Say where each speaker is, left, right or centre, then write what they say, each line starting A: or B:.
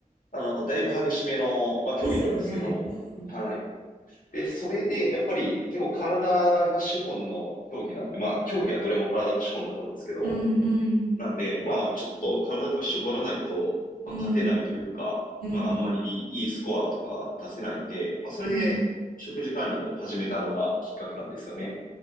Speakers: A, on the left; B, on the right.
A: あの、だいぶ激しめの、まあ、競技なんですけど、
B: ですよね。うん
A: はい。で、それで、やっぱり、結構体が資本の競技なんで、まあ、競技はどれも体が資本だと思うんですけど、
B: うんうん
A: なんで、まあ、ちょっと体とか絞らないと、
B: うん、
A: まあ、勝てないというか、
B: うん、
A: まあ、あんまりいいスコアとか出せないんで、まあ、それで食事管理も始めたのがきっかけなんですよね。
B: うん、うん。